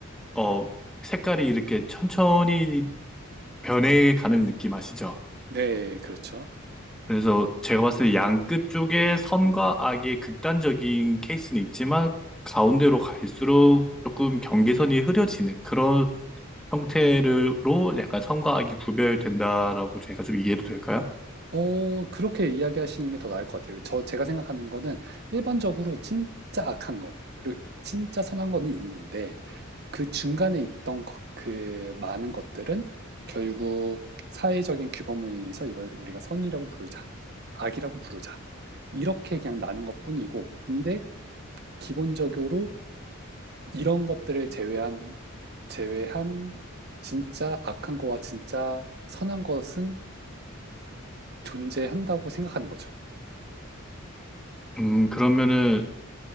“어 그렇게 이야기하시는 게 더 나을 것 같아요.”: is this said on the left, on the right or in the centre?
Right